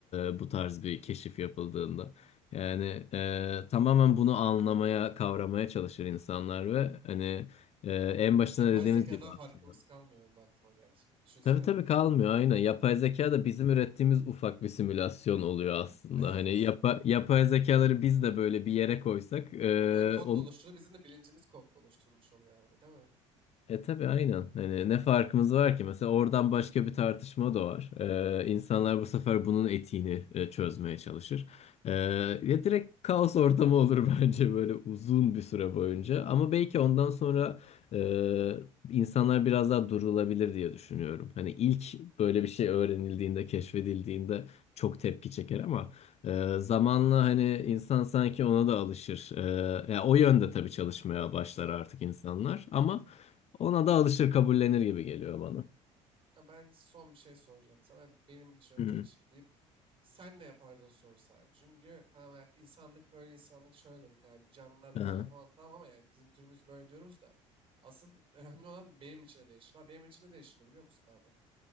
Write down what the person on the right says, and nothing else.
Yapay
zekadan
farkımız
kalmıyor. Onu da aklıma geldi şimdi. Düşünsene
be.
Evet.
Onlar kodla
oluşturulur. Bizim de bilincimiz kodla oluşturulmuş oluyor abi, değil mi?
Tamam.
Ha, Ben son bir şey soracağım sana. Benim için önce
açıklayıp sen ne yapardın sorusu abi. Çünkü tamam ya, insanlık böyle insanlık şöyle dedik abi. Canlılar
böyle falan tamam ama yani bizim türümüz böyle diyoruz da. Asıl önemli olan benim için ne değişir. Ha, benim için ne değişirdi biliyor musun abi?